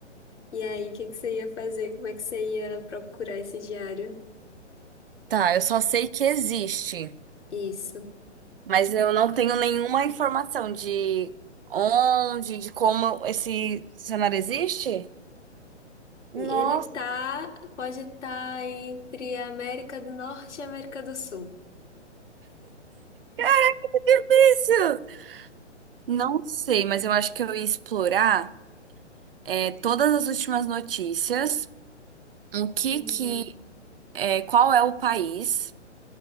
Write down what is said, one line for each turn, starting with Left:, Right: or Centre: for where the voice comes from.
Left: E aí, o que que você ia fazer? Como é que você ia procurar esse diário?
Right: Tá, eu só sei que existe,
Left: Isso.
Right: mas eu não tenho nenhuma informação de onde, de como esse cenário existe. Nossa,
Left: E ele tá, pode estar entre a América do Norte e a América do Sul.
Right: <laughs> que difícil! Não sei, mas eu acho que eu ia explorar é, todas as últimas notícias, o que
Left: Uhum.
Right: que, é, qual é o país.